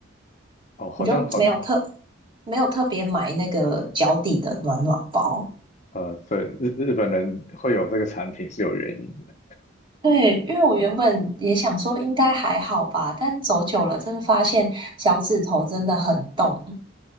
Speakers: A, on the left; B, on the right.
A: 哦，好像好，
B: 我就没有特
A: 像。
B: 没有特别买那个脚底的暖暖包。
A: 呃，对，日日本人会有这个产品是有原因的。
B: 对，因为我原本也想说应该还好吧，但走久了真的发现脚趾头真的很冻。